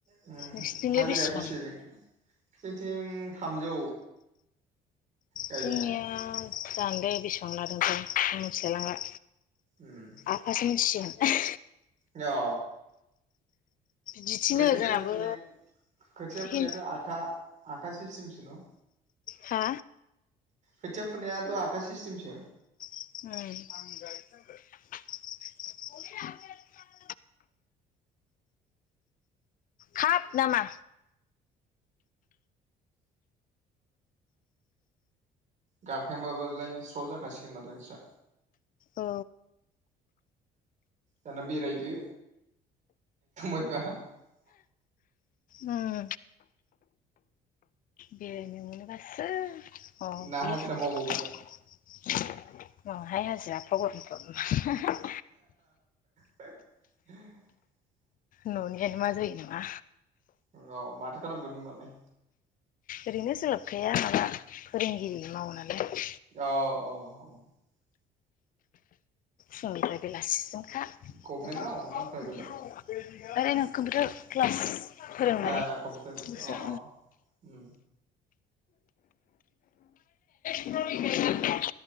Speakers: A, on the right; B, on the left.
A: <unintelligible>
B: नोंसिनिथिंलाय
A: हाज्रिया
B: बेसेबां
A: बिसे न जोंथिं थामजौ। गायनाया
B: जोंनिया जानलै बेसेबां लादोंथाय? मिथिलायङला
A: उम
B: आफासो मिनथिसिगोन।
A: अ।
B: बिदिनो
A: ओमफ्राय खोथिया
B: जोंहाबो
A: फोन खोथिया फोननायायाथ'
B: हिन
A: आखा आखासि सिसथेमसोनो
B: हा
A: खोथिया फुनायाथ' आखाइ सिस्टेमसो
B: उम <inaudible> खाब नामा
A: गाखेंबाबोलाय स्रो' जाखासिगोन माथो नोंस्रा
B: औ
A: दाना बेरायदो <unintelligible>
B: उम बिरनो मोनोबासो <unintelligible>
A: ना हाजिरा मावबावगोन
B: नांआहाय हाजिरा एफ्रा गोरोमफ्राव
A: <inaudible>
B: न'नियानो मा जायो नामा
A: औ माथो खालामगोन होनबालाय
B: ओरैनो सोलाोबखाया माबा फोरोंगिरि मावोनालाय
A: अ अ उम
B: फुंनिफ्राय बेलासिजोंखा
A: गभमेन्टआव
B: आरैनो
A: ना प्राइभेटाव
B: कंप्यूटर क्लास फोरोंङो
A: ए
B: माने
A: कम्पिउटार अ
B: गोस <unintelligible>
A: अ उम
B: स बि <unintelligible>